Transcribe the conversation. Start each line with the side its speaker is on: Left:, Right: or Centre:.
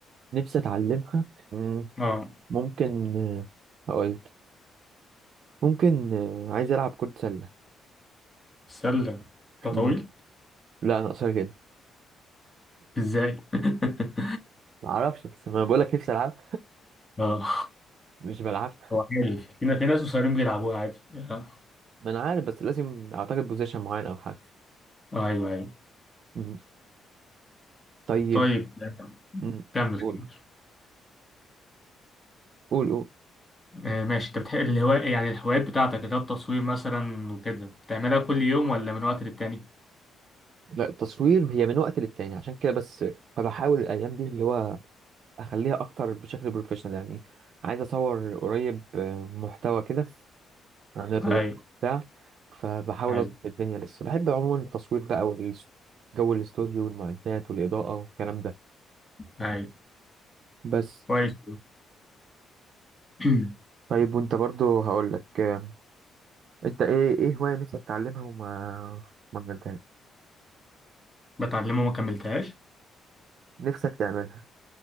Right: نفسي اتعلمها مم.
Left: أه
Right: ممكن آه، هقولك ممكن آه، عايز العب كرة سلة
Left: سلة ده
Right: مم.
Left: طويل
Right: لا انا قصير جدا
Left: إزاي؟ <laughs>
Right: ما اعرفش بس ما بقول لك نفسي العب
Left: أه
Right: مش بلعبش
Left: هو عادي في في ناس قصيرين بيلعبوها عادي أه
Right: ما انا عارف بس لازم اعتقد بوزيشن معين او حاجه
Left: أيوه أيوه
Right: مم. طيب
Left: طيب
Right: مم.
Left: كمل
Right: قول
Left: كمل
Right: قول قول
Left: آه، ماشي انت بتحب الهواء يعني الهوايات بتاعتك اللي هو التصوير مثلا وكده بتعملها كل يوم ولا من وقت للتاني؟
Right: لا التصوير هي من وقت للتاني عشان كده بس فبحاول الايام دي اللي هو اخليها اكتر بشكل بروفيشنال يعني عايز اصور قريب آه، محتوى كده عن الرياضه
Left: اي
Right: بتاع فبحاول
Left: اي
Right: اظبط الدنيا لسه بحب عموما التصوير بقى والجو الاستوديو والمعدات والاضاءه والكلام ده
Left: اي
Right: بس
Left: كويس <clears throat>
Right: طيب وانت برضو هقولك آه، انت ايه ايه هوايه نفسك تتعلمها وما ما عملتهاش
Left: بتعلمها وما كملتهاش
Right: نفسك تعملها